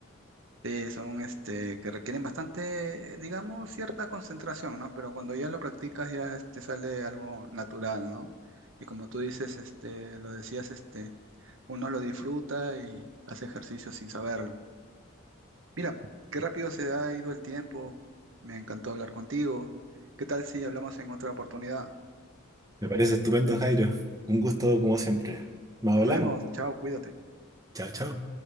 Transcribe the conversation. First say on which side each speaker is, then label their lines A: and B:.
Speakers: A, on the right; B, on the right.
A: Sí, son este, que requieren bastante, digamos, cierta concentración, ¿no? Pero cuando ya lo practicas ya este, sale algo natural, ¿no? Y como tú dices, este, lo decías, este, uno lo disfruta y hace ejercicio sin saberlo. Mira, qué rápido se ha ido el tiempo. Me encantó hablar contigo. ¿Qué tal si hablamos en otra oportunidad?
B: Me parece estupendo, Jairo. Un gusto como siempre. Nos
A: Nos
B: hablamos.
A: vemos. Chao, cuídate.
B: Chao, chao.